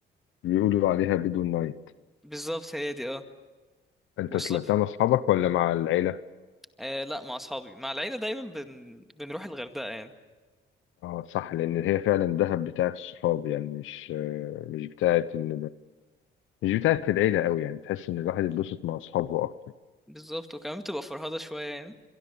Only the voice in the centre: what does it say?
بالظبط هي دي اه
والصبح
آه لا مع اصحابي مع العيلة دايما بن... بنروح الغردقة يعني
بالظبط وكمان بتبقى فرهضة شوية يعني